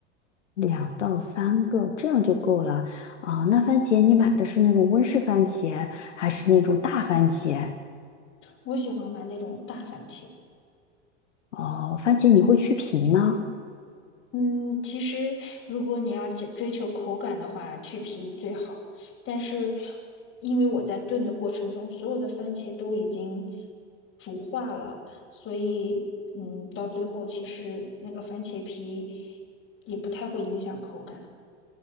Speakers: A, on the left; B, on the left.
A: 两到三个，这样就够了啊。那番茄你买的是那种温室番茄，还是那种大番茄？
B: 我喜欢买那种大番茄。
A: 哦，番茄你会去皮吗？
B: 嗯，其实如果你要追追求口感的话，去皮最好。但是因为我在炖的过程中，所有的番茄都已经煮化了，所以嗯，到最后其实那个番茄皮也不太会影响口感。